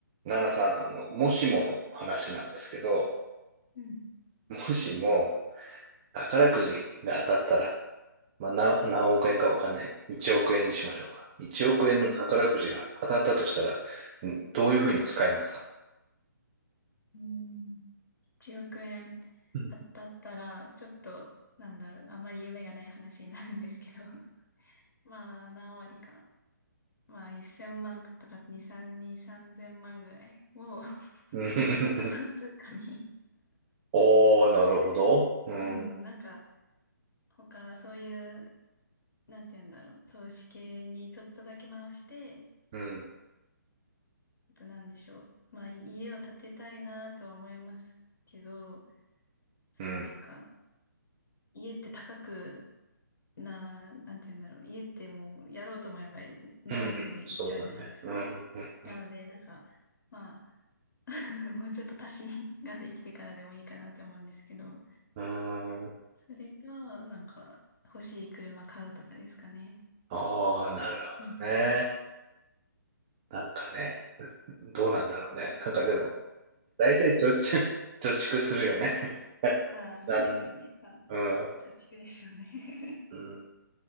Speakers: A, on the right; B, on the left.
A: 奈良さん、あの、もしもの話なんですけど、
B: うん。
A: もしも宝くじが当たったら、まあ、な何億円かわかんない。1億円にしましょうか。1億円の宝くじが当たったとしたら、
B: はい。
A: んどういうふうに使いますか
B: うん。1億円
A: うん
B: 当たったら、ちょっと、なんだろう、あんまり夢がない話になるんですけど。<laughs> まあ、何割か。まあ、1000万とか2、3、2、3000万ぐらいを
A: うん
B: <laughs>
A: <laughs>
B: 仮想通貨に
A: おー、なるほど。
B: <laughs>
A: うん、
B: うん、なんか、他、そういう、なんて言うんだろう、投資系にちょっとだけ回して、
A: うん、
B: あとなんでしょう。まあ、家を建てたいなとは思いますけど、そのなんか、
A: うん、
B: 家って高くな、なんて言うんだろう。家ってもうやろうと思えば何億でもいっちゃうじゃないですか。
A: うん、そうだね。うん、うん、
B: なので、なんか、まあ、<laughs> もうちょっと足しができてからでもいいかなって思うんですけど、
A: うん。
B: それか、なんか、欲しい車買うとかですかね。
A: あー、なるほどね。
B: うん。
A: なんかね、どうなんだろうね。なんかでも、大体貯蓄、<laughs> 貯蓄するよね。<laughs>
B: ああ、そうですよね。
A: なん、
B: あ、
A: うん、
B: 貯蓄ですよね。
A: うん、